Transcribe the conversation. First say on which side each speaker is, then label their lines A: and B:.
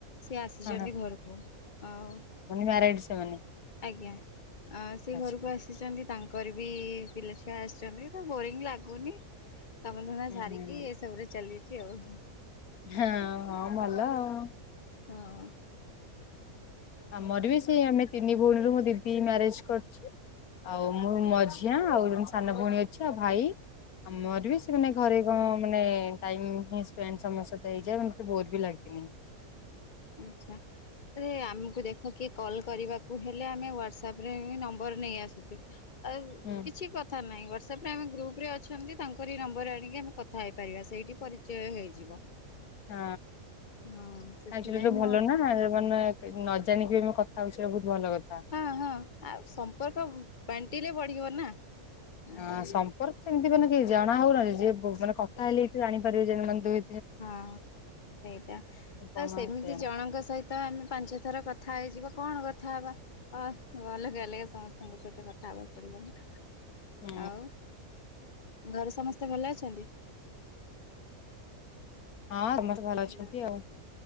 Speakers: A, on the left (about 35°); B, on the left (about 80°).
A: ସିଏ ଆସିଛନ୍ତି
B: ହଁ
A: ଘରକୁ ଆଉ
B: ମ୍ୟାରେଡ୍ ସେମାନେ।
A: ଆଜ୍ଞା ଆଁ ସେ
B: ଆଚ୍ଛା
A: ଘରକୁ ଆସିଛନ୍ତି। ତାଙ୍କର ବି ପିଲାଛୁଆ ଆସିଛନ୍ତି ତ୍ ବୋରିଂ ଲାଗୁନି କାମଧନ୍ଦା
B: ହୁଁ
A: ସାରିକି
B: ହୁଁ
A: ଏସବୁରେ ଚାଲିଛିି ଆଉ।
B: ହଁ ଆଉ ଭଲ ଆଉ
A: ହଁ।
B: ଆମର ବି ସେଇ ଆମେ ତିନି ଭଉଣୀରୁୁ ମୋ ଦିଦି ମ୍ୟାରେଜ କରି ଅଛି ଆଉ ମୁଁ ମଝିଆ ଆଉ ସାନ ଭଉଣୀ ଅଛି ଆଉ ଭାଇ ଆମର ବି ସେମାନେ ଘରେ ହଁ ମାନେ ଟାଇମ ହି ସ୍ପେଣ୍ଡ ସମସ୍ତଙ୍କ ସହିତ ହେଇଯାଏ ମତେ ବୋର ବି ଲାଗେନି।
A: ଆଚ୍ଛାରେ ଆମକୁ ଦେଖ କିଏ କଲ କରିବା? କୁ ହେଲେ ଆମେ ହ୍ୱଟସଆପ୍ ରେ ନମ୍ବର ନେଇ ଆସୁଚୁ ଆଉ
B: ହୁଁ।
A: କିଛି କଥା ନାହିଁ ହ୍ୱାଟ୍ସଆପ୍ ରେ ଆମେ ଗ୍ରୁପରେେ ଅଛନ୍ତି ତାଙ୍କରି ଏ ନମ୍ବର ଆଣିକି ଆମେ କଥା ହେଇପାରିବା ସେଇଠି ପରିଚୟ ହେଇଯିବ।
B: ହଁ
A: ହଁ ସେଥିପାଇଁ
B: ଆଜି ତୁ ଭଲ
A: ମୁଁ ଆଉ
B: ନା ମାନେ ନ ଜାଣିକି ଆମେ କଥା ହଉଛେ ବହୁତ ଭଲ କଥା।
A: ହଁ ହଁ ଆ ସମ୍ପର୍କ ବାଣ୍ଟିଲେ ବଢିବ ନା। ଆଉ
B: ହଁ ସମ୍ପର୍କ ସେମିତି ମାନେ କି ଜଣା ହୁଏନି ଯିଏ ମାନେ କଥା ହେଲେ ଜାଣିପାରିବେ ଯେମିତି।
A: ହଁ ସେଇଟା
B: କଣ
A: ଆଉ ସେମିତି
B: ସେ
A: ଜଣଙ୍କ ସହିତ ତ ଆମେ ପାଞ୍ଚ ଥର କଥା ହେଇଯିବା କଣ କଥା ହବା? ଅ ଅଲଗା ଅଲଗ ସମସ୍ତଙ୍କ ସହିତ କଥା ହବାକୁ ପଡିବ ନା।
B: ହୁଁ
A: ଆଉ ଘରେ ସମସ୍ତେ ଭଲ ଅଛନ୍ତି।
B: ହଁ ସମସ୍ତେ ଭଲ
A: ହାଲୋ
B: ଅଛନ୍ତି ଆଉ।